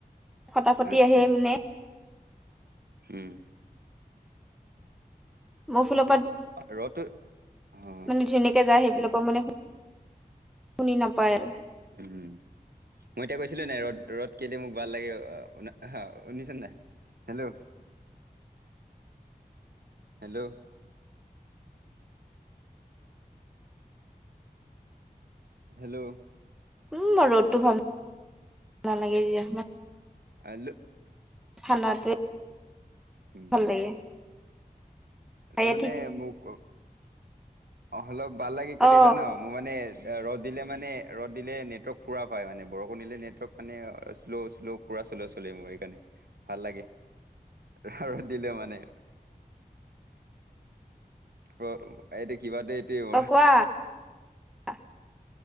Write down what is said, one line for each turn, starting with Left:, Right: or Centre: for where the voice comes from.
Centre: ফটাফটি
Right: আচ্ছা
Centre: আহে মানে।
Right: উম।
Centre: মোৰ ফালৰ পৰা
Right: ৰ'দটো অ
Centre: মানে ধুনীয়াকে যায় সেই। সেইফালৰ পৰা মানে শুনি নাপায় আৰু।
Right: উম মই এতিয়া কৈছিলোঁ নাই ৰ'দ ৰ'দ কেলে মোক ভাল লাগে আহ শুনিছা নে নাই। হেল্ল'।
Centre: <inaudible>
Right: হেল্ল'। হেল্ল'।
Centre: উম মই ৰ'দটো ভাল নালাগে দিয়া।
Right: হেল্লো।
Centre: খানাটোৱে।
Right: উম
Centre: ভাল লাগে। এয়া
Right: মানে
Centre: ঠিক
Right: মোক। অলপ ভাল লাগে কেলে
Centre: অ
Right: জান মোৰ মানে। ৰ'দ দিলে মানে ৰ'দ দিলে নেটৱৰ্ক পুৰা পাই। মানে বৰষুণ দিলে নেটৱৰ্ক মানে শ্ল' শ্ল' পুৰা। <unintelligible> শ্ল চলি মোৰ এইকাৰণে ভাল লাগে আৰু দিলে মানে।
Centre: <inaudible>
Right: ৰ এতিয়া কিবাতে এইটোৱেই।
Centre: কোৱা অ।